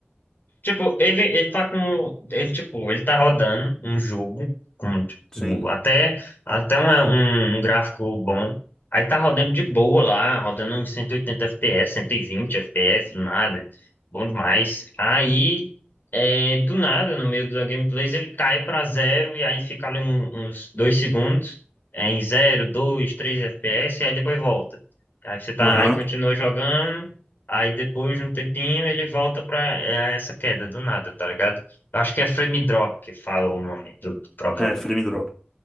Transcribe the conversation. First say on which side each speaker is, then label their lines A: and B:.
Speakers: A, on the left (about 55°); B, on the left (about 15°).
A: Tipo, ele, ele tá com. Ele, tipo, ele tá rodando um jogo com, tipo,
B: Sim.
A: até, até uma- um, um gráfico bom. Aí tá rodando de boa lá, rodando uns 180 FPS, 120 FPS, do nada. Bom demais. Aí, é, do nada, no meio da gameplay, ele cai pra zero e aí fica ali um- uns dois segundos, é, em zero, dois, três FPS, e aí depois volta. Aí você tá,
B: Aham.
A: aí continua jogando. Aí depois de um tempinho ele volta pra é, essa queda do nada, tá ligado? Eu acho que é frame drop que fala o nome do problema.
B: É, frame drop.